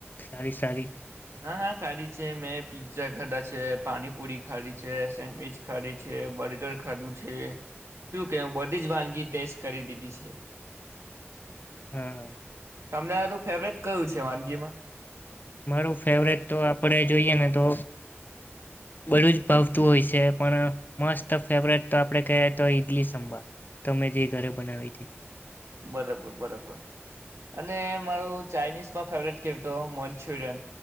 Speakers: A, on the left (about 40°); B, on the right (about 75°).
A: સારી સારી.
B: હા હા ખાધી છે. મેં પીઝ્ઝા ખાધા છે, પાણીપુરી ખાધી છે, સેન્ડવીચ ખાધી છે, બર્ગર ખાધું છે શું કે બધી જ વાનગી ટેસ્ટ કરી દીધી છે.
A: હમ્મ.
B: તમને આરું ફેવરિક કયું છે વાનગીમાં?
A: મારું ફેવરેટ તો આપડે જોઈએ ને તો બધું જ ભાવતું હોય છે. પણ મસ્ત ફેવરેટ તો આપણે ક તો ઈડલી સંભાર તમે જે ઘરે બનાવી હતી.
B: બરાબર બરાબર અને મારું ચાાઇનીઝમાં ફેવરેટ કહેતો મન્ચુરિયન